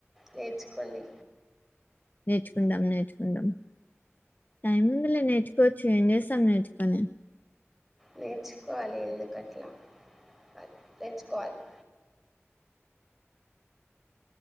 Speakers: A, in the centre; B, on the left.
A: నేర్చుకోండి
B: నేర్చుకుందామ్ నేర్చుకుందామ్ టైమ్ ఉందిలే నేర్చుకోవచ్చు ఎమ్ చేస్తాం నేర్చుకొని
A: నేర్చుకోవాలి ఎందుకట్లా అ నేర్చుకోవాలి